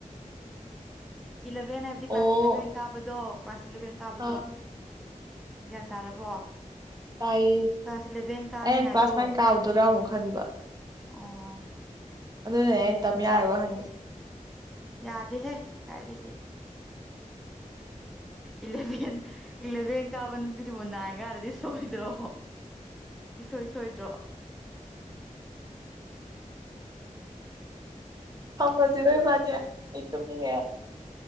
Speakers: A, in the centre; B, on the right.
A: ꯏꯂꯚꯦꯟ ꯍꯥꯏꯕꯗꯤ ꯀ꯭ꯂꯥꯁ
B: ꯑꯣ
A: ꯏꯂꯚꯦꯟ ꯀꯥꯕꯗꯣ ꯀ꯭ꯂꯥꯁ ꯏꯂꯚꯦꯟ ꯀꯥꯕꯗꯣ
B: ꯑ
A: ꯒ꯭ꯌꯥꯟ ꯇꯥꯔꯕꯣ
B: ꯇꯥꯢꯑꯦꯑꯩꯅ
A: ꯀ꯭ꯂꯥꯁ ꯏꯂꯚꯦꯟ ꯀꯥꯅꯤꯡꯉꯥꯏꯗꯣ
B: ꯀ꯭ꯂꯥꯁ ꯅꯥꯏꯟ ꯀꯥꯎꯗꯣꯏꯔꯥ ꯑꯃꯨꯛ ꯈꯟꯕ
A: ꯑꯥ
B: ꯑꯗꯨꯅ ꯑꯩ ꯇꯝ ꯌꯥꯔꯕ ꯍꯪꯉꯤꯁꯦ
A: ꯌꯥꯗꯦꯍꯦ ꯀꯥꯏꯗꯒꯤ ꯏꯂꯕꯤꯟ ꯏꯂꯕꯤꯟ ꯀꯥꯕ ꯅꯨꯄꯤꯗꯨꯕꯨ ꯅꯥꯢꯒ ꯍꯥꯢꯔꯗꯤ ꯁꯣꯏꯗ꯭ꯔꯣ ꯏꯁꯣꯏ ꯁꯣꯏꯗ꯭ꯔꯣ
B: ꯊꯥꯝꯃꯁꯤꯔ ꯏꯕꯥꯅꯤ ꯑꯩ ꯇꯨꯝꯅꯤꯡꯉꯦ